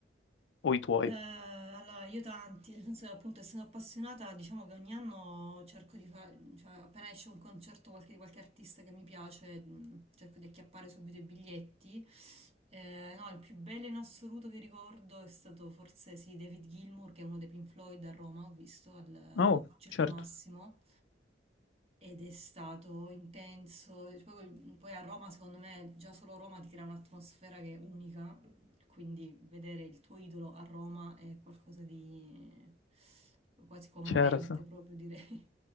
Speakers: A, on the left; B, on the right.
A: o i tuoi?
B: Eh, allora, io tanti, nel senso che appunto essendo appassionata, diciamo che ogni anno cerco di fare, cioè appena esce un concerto qualche- di qualche artista che mi piace, mm, cerco di acchiappare subito i biglietti Eh, no, il più bello in assoluto che ricordo è stato forse sì, David Gilmour, che è uno dei Pink Floyd a Roma, ho visto al eh,
A: Oh,
B: Circo
A: certo,
B: Massimo ed è stato intenso. E Poi, col- poi a Roma, secondo me, già solo Roma ti crea un'atmosfera che è unica, quindi vedere il tuo idolo a Roma è qualcosa di quasi commovente,
A: certo.
B: proprio direi.